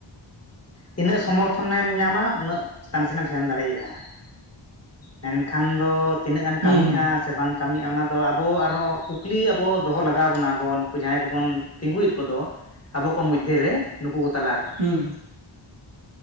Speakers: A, on the left; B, on the right.
A: ᱛᱤᱱᱟᱹᱜ ᱥᱚᱢᱚᱨᱛᱷᱚᱱᱮᱢ ᱧᱟᱢᱟ ᱩᱱᱟᱹᱜ ᱪᱮᱛᱟᱱ ᱥᱮᱱᱮᱢ ᱥᱮᱱ ᱫᱟᱲᱮᱭᱟᱜᱼᱟ᱾ ᱢᱮᱱᱠᱷᱟᱱ ᱫᱚ ᱛᱤᱱᱟᱹᱜ ᱜᱟᱱ
B: ᱦᱩᱸ
A: ᱠᱟᱹᱢᱤ
B: ᱦᱩᱸ ᱦᱩᱸ
A: ᱥᱮ ᱵᱟᱝ ᱠᱟᱹᱢᱤᱜᱼᱟ ᱚᱱᱟ ᱫᱚ ᱟᱵᱚ ᱟᱨᱦᱚᱸ ᱠᱩᱠᱞᱤ ᱟᱵᱚ ᱫᱚᱦᱚ ᱞᱟᱜᱟᱣ ᱵᱚᱱᱟ ᱟᱵᱚ ᱱᱩᱠᱩ ᱡᱟᱦᱟᱸᱭ ᱠᱚᱵᱚᱱ ᱛᱤᱸᱜᱩᱭᱮᱫ ᱠᱚᱫᱚ ᱟᱵᱚ ᱠᱚ ᱢᱚᱫᱽᱫᱷᱮᱨᱮ ᱱᱩᱠᱩ ᱠᱚ ᱛᱟᱞᱟᱨᱮ᱾
B: ᱦᱩᱸ